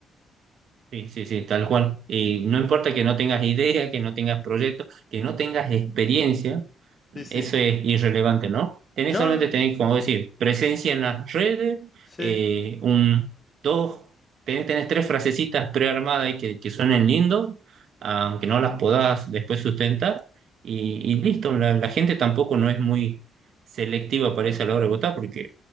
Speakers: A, on the right; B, on the left.
A: Sí, sí, sí, tal cual. Y no importa que no tengas idea, que no tengas proyectos, que no tengas experiencia,
B: Sí, sí.
A: Eso es irrelevante, ¿no? Tenés
B: No,
A: solamente,
B: no,
A: tenés, como decir, presencia en las redes,
B: sí.
A: eh, un, dos, tenés, tenés tres frasecitas prearmadas y que, que suenen lindo, aunque no las podás después sustentar, y, y listo, la, la gente tampoco no es muy selectiva, parece, a la hora de votar, porque,